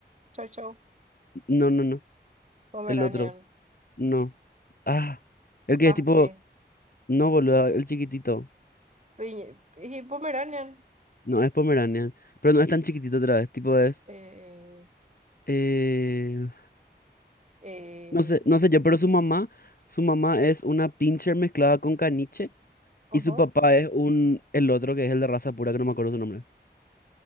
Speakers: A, on the right (about 40°); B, on the left (about 55°).
A: Chau, chau.
B: No, no, no.
A: Pomeranian.
B: El otro. No. Ah. El
A: Husky.
B: que es tipo... No, boludo. El chiquitito.
A: Pi- Y Pomeranian.
B: No es Pomeranian, pero no es tan chiquitito otra vez, tipo es,
A: Eh,
B: eh,
A: eh,
B: no sé, no sé yo, pero su mamá, su mamá es una pincher mezclada con caniche
A: ujú,
B: y su papá es un, el otro que es el de raza pura que no me acuerdo su nombre.